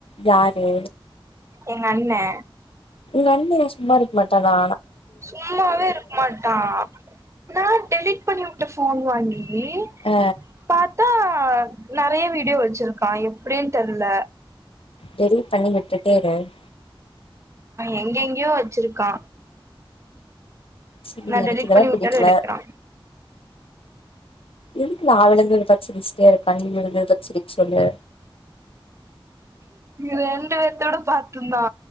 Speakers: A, on the left (about 80°); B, on the right (about 30°).
A: யாரு
B: எங்கண்ணே
A: உங்கண்ண ஏ சும்மா இருக் மட்டானா
B: சும்மாவே இருக் மாட்டா நா டெலிட் பண்ணி உ ட்ட ஃபோன் வாங்கி ங்கி
A: ஆ
B: பாத்தா நெறய வீடியோ வச்சிருக்கா எப்டின் தெர்ல
A: டெலிட் பண்ணி விட்ரு <unintelligible>
B: எங்கெங்யோ வச்சுருக்கா
A: சரி
B: நா
A: எனக்கு
B: டெலிட்
A: இதெல்லா
B: பண்ணி
A: புடிக்கல
B: உட்டாலு எடுக்றா
A: எதுக்கு நா விழுந்தது <unintelligible> ருக்கா நீ விழுந்தது <unintelligible> சொல்லு
B: ரெண்டு பேத்தோட பார்ட்டு ந்தா